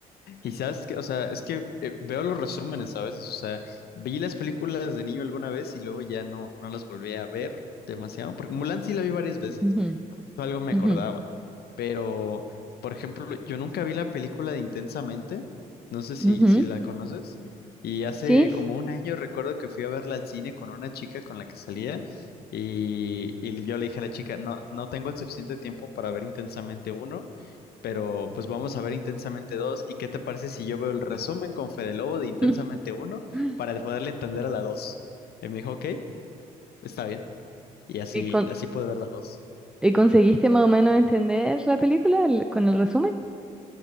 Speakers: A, on the left; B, in the centre.
A: y sabes que, o sea, es que eh, veo los resúmenes a veces, o sea, vi las películas de niño alguna vez y luego ya no, no las volví a ver demasiado, porque Mulan sí la vi varias veces.
B: Ujú,
A: Justo algo me acordaba.
B: ujú,
A: Pero, por ejemplo, yo nunca vi la película de Intensamente. No sé si,
B: ujú.
A: si la conoces. Y hace
B: Sí.
A: como un año recuerdo que fui a verla al cine con una chica con la que salía. Y, y yo le dije a la chica, no, no tengo el suficiente tiempo para ver Intensamente uno, pero pues vamos a ver Intensamente dos ¿Y qué te parece si yo veo el resumen con Fede Lobo de Intensamente
B: sí.
A: uno
B: <laughs>
A: para poderle entender a la dos. Y me dijo, ok, está bien. Y así,
B: ¿Y, con-
A: así pude ver la 2.
B: y conseguiste más o menos entender la película el- con el resumen?